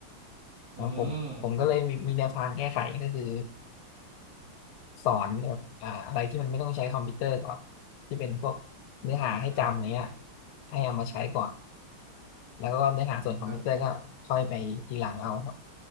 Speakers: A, on the right; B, on the left.
A: อืม
B: นะผมผมก็เลยมีมีแนวทางแก้ไขก็คือสอนแบบอ่าอะไรที่มันไม่ต้องใช้คอมพิวเตอร์ก่อนที่เป็นพวกเนื้อหาให้จำอย่างเงี้ย
A: อืมครับ
B: ให้เอามาใช้ก่อนแล้วก็เนื้อหาส่วนคอมพิวเตอร์ก็ค่อยไปทีหลังเอาครับ
A: อืมเพิ่ม